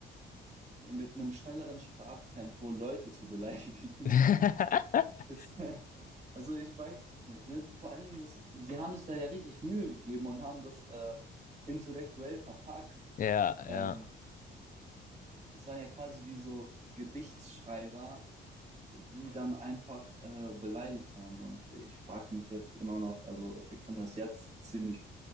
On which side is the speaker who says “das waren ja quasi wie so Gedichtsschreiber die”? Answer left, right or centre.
Right